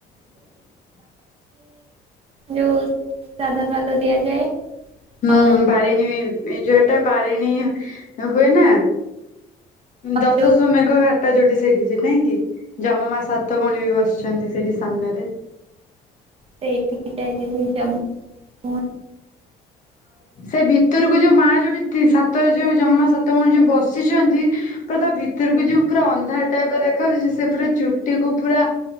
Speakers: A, on the right; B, on the left.
A: ଯୋଉ ସାଧା ପ୍ରାତ ଦିଆଯାଏ ଆଉ।
B: ହଁ ବାଡ଼ିିନୀ ଏ ଯଟା ବାାରିନୀ ହୁଏନା।
A: ଆଉ
B: ଦଶଶହ
A: ଯୋଉ
B: ମେଘ ଘାାତ ଟ ଯୋଠ ସେଠି ଯେଟାଁ କି ଜମ ମା ସାତ ଭଉଣୀ ବି ବସିଛନ୍ତି ସେଠି ସାମ୍ନାରେ
A: ସେ ଏଠି କି ଯାଇକି ସେ ଜ ମୁ
B: ସେ ଭିତରକୁ ଯୋଉ ମାଆ ଯୋଉଠି ସାତ ଯୋଉ ଜମା ମା ସାତ ଭଉଣ ଯୋଉ ବସିଛନ୍ତି ପ୍ର ଭିତରକୁ ଯୋଉ ପୁରା ଅନ୍ଧାର ଟାଇପ ଦେଖାଯାଉଛି ସେ ପୁରା ଚୁଟିକୁୁ ପୁରା